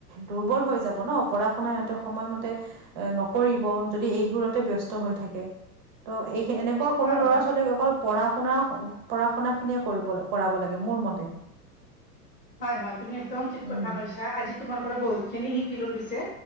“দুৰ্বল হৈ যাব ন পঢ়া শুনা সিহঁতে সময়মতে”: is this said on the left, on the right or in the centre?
Right